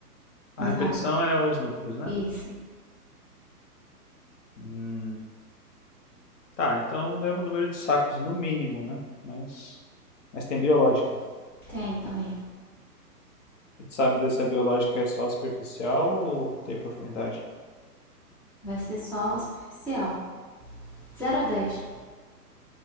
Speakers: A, in the centre; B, on the left.
A: Não,
B: A repetição é os núcleos, né?
A: isso.
B: Hum, tá, então o mesmo número de sacos, no mínimo, né? Mas, mas tem biológica.
A: Tem também.
B: E tu sabe dizer se a biológica é só superficial ou tem profundidade?
A: Vai ser só superficial. zero a dez